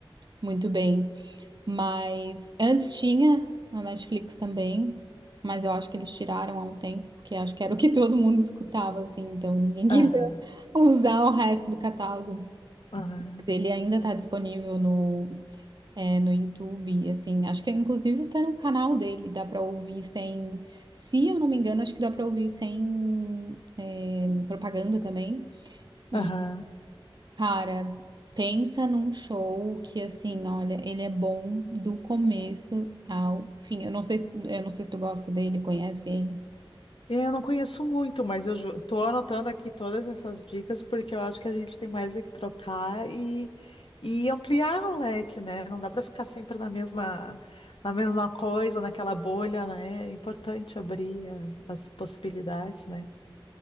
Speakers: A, on the right; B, on the left.
A: muito bem, mas antes tinha na Netflix também. Mas eu acho que eles tiraram há um tempo, porque acho que era o que todo mundo escutava, assim, então ninguém
B: Ah,
A: <laughs> usar o resto do catálogo.
B: ah.
A: Ele ainda está disponível no, é, no YouTube, assim, acho que inclusive até no canal dele, dá para ouvir sem, se eu não me engano, acho que dá para ouvir sem é, propaganda também. E,
B: Aham.
A: cara, pensa num show que, assim, olha, ele é bom do começo ao fim. Eu não sei, se- eu não sei se tu gosta dele, conhece ele.
B: É, Eu não conheço muito, mas eu ju- tô anotando aqui todas essas dicas porque eu acho que a gente tem mais é que trocar e, e ampliar o leque, né? Não dá para ficar sempre na mesma, na mesma coisa, naquela bolha, né? É importante abrir a- as possibilidades, né?